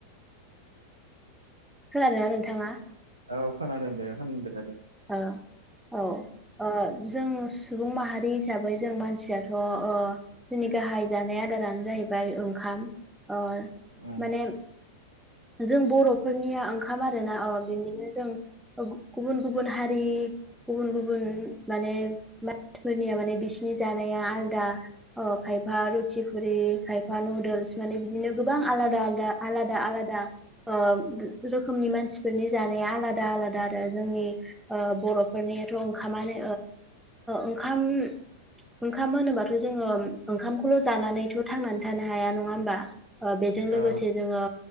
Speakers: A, in the centre; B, on the right.
A: खोनादोना नोंथाङा
B: औ खोनादों दे खोनादो
A: औ औ ओ जों सुबुं माहारि हिसाबै जों मानसियाथ' जोंनि गाहाय जानाय आदारानो जाहैबाय ओंखाम अ
B: औ
A: माने जों बर'फोरनिया ओंखाम आरोना बिनिनो जों गुबुन गुबुन हारि गुबुन गुबुन माने फोरनिया माने बिसिनि जानाया आलदा ओ खायफा रुटिफुरि खायफा नुदोल्स माने बिदिनो गोबां आलादा आदा आलादा आलादा ओ रोखोमनि मानसिफोरनि जानाया आलादा आलादा आरो जोंनि बर'फोरनियाथ' ओंखामानो ओंखाम ओंखाम होनोबाथ' जोङो ओंखामखौल' जानानैथ' थांनानै थानो हाया नङा होमबा बे बे लोगोसे
B: औ
A: जोङो